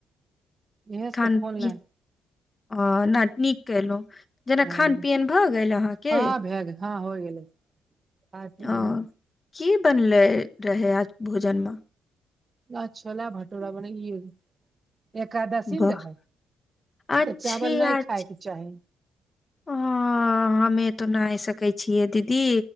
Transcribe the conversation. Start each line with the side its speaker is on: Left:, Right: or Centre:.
Right: इएहे सब
Left: खान
Right: फोन
Left: पी
Right: लए
Left: अ नट नीक केलौं जेना
Right: हँ
Left: खान पियन भए गेल अहाँके
Right: हँ भए गेल हँ होय गेलै खा पी लेलियै
Left: ओ की बनलै रहै आज भोजनमे
Right: आज छोला भाटोरा बने य एकादशी
Left: वाह
Right: ने रहै
Left: अच्छी
Right: तऽ चावल नै
Left: अच्छ
Right: खायके चाही
Left: अ हमे तऽ नाहि सकै छियै दीदी